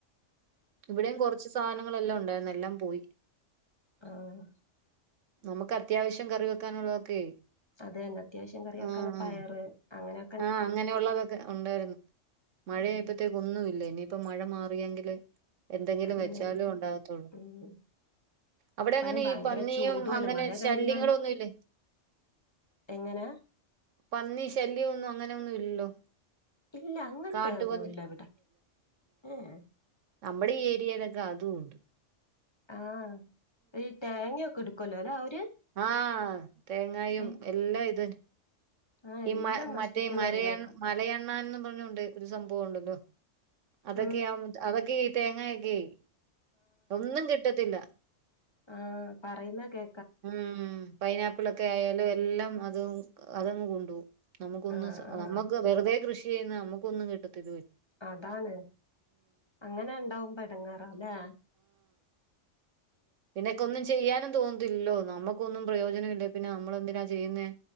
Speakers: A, on the right (about 85°); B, on the left (about 25°).
A: ഇവിടെയും കൊറച്ച് സാനങ്ങളെല്ലാം ഉണ്ടായി ന്നെല്ലാം പോയി
B: ആഹ്
A: നമുക്ക് അത്യാവശ്യം കറി വെക്കാനുള്ളതൊക്കെ
B: അതേന്നെ അത്യാവശ്യം കറി വെക്കാൻ
A: ആഹ്
B: പയറ് അങ്ങനൊ
A: ആഹ് അങ്ങനെയുള്ളതൊക്കെ ഉണ്ടായിരുന്നു മഴ
B: ഉം
A: ആയപ്പത്തേക്കും ഒന്നും ഇല്ല ഇനിയിപ്പ മഴ മാറിയെങ്കില് എന്തെങ്കിലും
B: അത് തന്നെയാണ്
A: വെച്ചാലും
B: ഇപ്പം
A: ഉണ്ടാകത്തൊള്ളൂ
B: ഉം ഇപ്പൊ
A: അവടെ എങ്ങനെ
B: അതിന് ഭയങ്കര
A: ഈ പന്നിയും
B: ചൂടുമല്ലേ
A: അങ്ങനെ
B: മഴ
A: ശല്യങ്ങളൊന്നു
B: കഴിഞ്ഞാല്
A: ഇല്ലേ
B: എങ്ങനെ
A: പന്നി ശല്യന്നും അങ്ങനൊന്നും ഇല്ലല്ലോ
B: ഇല്ല അങ്ങൻത്തെ
A: കാട്ടുപന്നി
B: ഒന്നുല്ലവടെ ഏ എ
A: നമ്മടീ ഏരിയേലൊക്കെ അതുണ്ട്
B: ആ ഈ തേങ്ങെക്കെടു കൊല്ലോലൊ അവര്
A: ആ തേങ്ങായും
B: തേ
A: എല്ലാം ഇത്
B: ആഹ്
A: ഈ
B: എല്ലാം
A: മ
B: നശിപ്പിക്കുംന്ന്
A: മറ്റേ മരയണ്ണ
B: പറയുന്നേക്കാം
A: മലയണ്ണാൻന്നും പറഞുണ്ട് ഒരു സംഭവണ്ട് അതൊക്കെ
B: ഉം
A: യാ അതൊക്കെ തേങ്ങാ കെയ് ഒന്നും കിട്ടത്തില്ല
B: ആ പറയുന്ന കേ
A: ഉഊം പൈനാപ്ളൊക്കെ ആയാലും എല്ലാം അതും അതും കൊണ്ടോവും നമുക്കൊന്ന്
B: ആഹ്
A: സ
B: ആഹ്
A: നമ്മക്ക് വെറ്തെ കൃഷി ചെയ്യുന്ന നമ്മക്കൊന്നും കിട്ടത്തി
B: അതാണ് അങ്ങനെണ്ടാവുമ്പൊ എടങ്ങേറാല്ലെ
A: പിന്നക്കൊന്നും ചെയ്യാനും തോന്നത്തില്ലല്ലോ നമ്മക്കൊന്നും പ്രയോജനല്ലേൽ പിന്നെ നമ്മളെന്തിനാ ചെയ്യുന്നേ